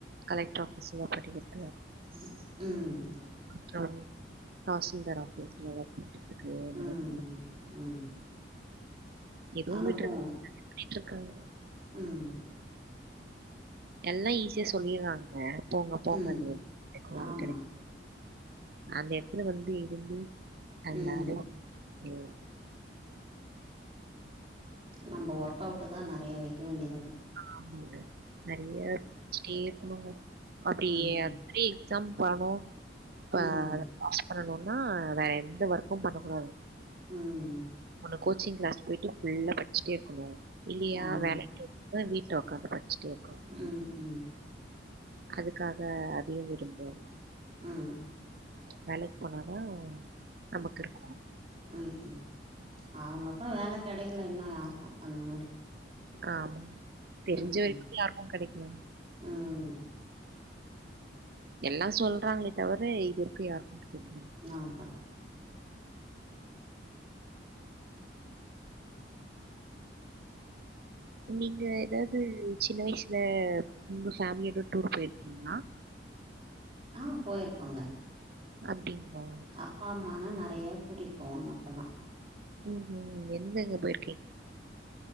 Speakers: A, on the right; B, on the right.
A: கலெக்டர் ஆஃபீஸ்ல படிக்கிறது
B: ம் ம்
A: அப்றோ தாசில்தார் ஆஃபீஸ்ல அதுக்கு அந்த
B: ம்,
A: மாரி
B: ம்.
A: எதுவு
B: அனுபவம்.
A: விட்றதுல்ல பேய்ட்டுருக்கங்
B: ம்
A: எல்லா ஈஸியா சொல்லிர்றாங்க போங்க போங்கனு
B: ம்.
A: கெடைக்கு
B: ஆமா.
A: கெடைக் அந்த எடதுல வந்து இருந்து <unintelligible>
B: ம். நம்ப ஒர்க் அவுட் தா நெறைய வைக்க வேண்டியதா இருக்கு
A: ஆமாங்க நெறைய வச்சிட்டே இருக்குணுங்க அப்டியே
B: ம்
A: அது மேரி எக்ஸாம் பண்ணோ
B: ம்
A: ஆ அத பாஸ் பண்ணுனா வேற எந்த ஒர்க்கு பண்ணக்கூடாது
B: ம்
A: ஒன்னு கோச்சிங் கிளாஸ் போயிட்டு ஃபுல்லா படிச்சிட்டே இருக்குணு இல்லியா
B: ஆமா
A: வேலைக்கு த வீட்ல ஒக்காந்து படிச்சிட்டே இருக்கு
B: அ ம்
A: அதுக்காக அதையு விட முடியாது
B: ம்
A: வேலைக்கு போனாதா நமக்கு இருக்கு
B: ம் ம் ஆக மொத்தோ வேல கெடைக்கல இன்னு யாருக்கு அந்த மாரி
A: ஆமா தெரிஞ்ச
B: ம்
A: வரைக்கு
B: ம்
A: யாருக்கு கெடைக்ல
B: ம்
A: எல்லா சொல்றாங்களே தவுர இது வரைக்கு யாருக்கு கெடைக்
B: நான்தா
A: நீங்க எதாவது சின்ன வயசுல உங்க ஃபேமிலியோட டூர் போயிருக்கீங்களா
B: ஆ போயிருக்கோங்க
A: அப்டிங்ளா
B: அப்பா அம்மானா நெறைய கூட்டிட் போவாங்க அப்பல்லா
A: ம் ஹும் எங்கெங்க போயிருக்கிங்க